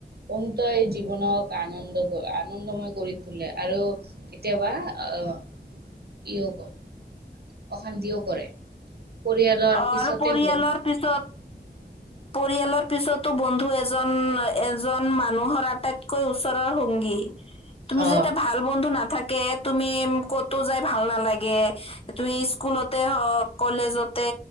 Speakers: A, on the right (about 70°); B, on the left (about 35°).
A: বন্ধুত্বই জীৱনক আনন্দ-আনন্দময় কৰি তোলে, আৰু। কেতিয়াবা অ কিয় ক। অশান্তিও কৰে। পৰিয়ালৰ
B: অ
A: পিছতে
B: আৰু পৰিয়ালৰ
A: বন্ধু।
B: পিছত।
A: <inaudible>
B: পৰিয়ালৰ পিছতো বন্ধু এজন এজন মানুহৰ আটাইতকৈ ওচৰৰ সংগী। তুমি
A: অ
B: যে এটা ভাল বন্ধু নাথাকে তুমি কতো যাই ভাল নালাগে। তুমি স্কুলতে হওক কলেজত। তে